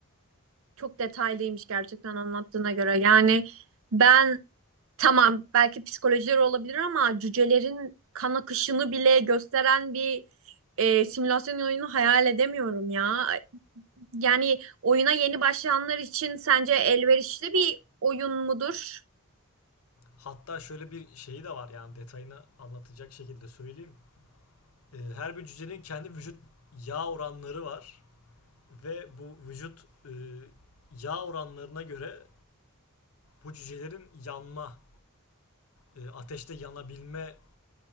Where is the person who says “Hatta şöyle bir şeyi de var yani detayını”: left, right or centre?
Left